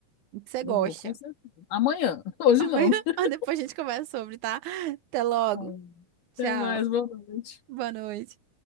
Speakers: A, on the right (about 75°); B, on the left (about 85°).
A: E Que você gosta.
B: eu vou, com certeza. Amanhã, <laughs> hoje
A: Amanhã,
B: não.
A: <laughs>
B: <laughs>
A: depois a gente conversa sobre, tá? Até logo.
B: Tá bom. Até
A: Tchau.
B: mais, boa noite.
A: Boa noite.